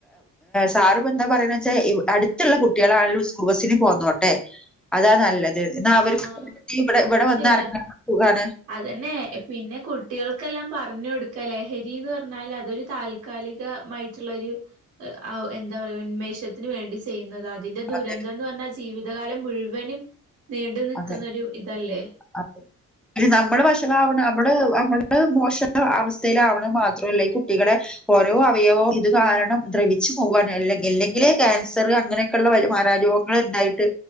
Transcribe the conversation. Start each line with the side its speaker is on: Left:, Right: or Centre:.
Centre: സാർ ഇപ്പ എന്താ പറയ വെച്ചാ അടുത്തുള്ള കുട്ടികളാണെ സ്കൂൾ ബസ്സിന് പോന്നോട്ടെ അതാ നല്ലത് അ എന്ന
Right: ആഹ്
Centre: അവർ
Right: ആഹ്
Centre: ഇവിടെ ഇവിടെ
Right: അത്
Centre: വന്ന്
Right: ശരിയാ
Centre: ഇറങ്ങാൻ പോകാണ്
Right: അതന്നെ പിന്നെ കുട്ടികൾക്കെല്ലാം പറഞ്ഞു കൊടുക്കല്ലേ ലഹരിന്ന് പറഞ്ഞാൽ അതൊരു താൽക്കാലികമായിട്ടുള്ള ഒരു എന്താ പറയ ഉന്മേഷത്തിന് വേണ്ടി ചെയ്യുന്നത് അ അതിന്റെ ദുരന്ത
Centre: അതെ
Right: എന്ന് പറഞ്ഞാൽ ജീവിതം അധ കാലം മുഴുവനും നീണ്ടു നിൽക്കുന്നൊരു
Centre: അതെ
Right: ഇതല്ലേ
Centre: അതെ നമ്മള് വഷണംാവണം നമ്മള് മോശം അവസ്ഥയിലാവണ മാത്രമല്ല ഈ കുട്ടികളെ ഓരോ അവയവവും ഇത് കാരണം ദ്രവിച്ചു പോകാന ഇല്ലെങ്കില് ക്യാൻസർ അങ്ങനെയൊക്കെയള്ള മാരോഗങ്ങൾ ഉണ്ടായിട്ട്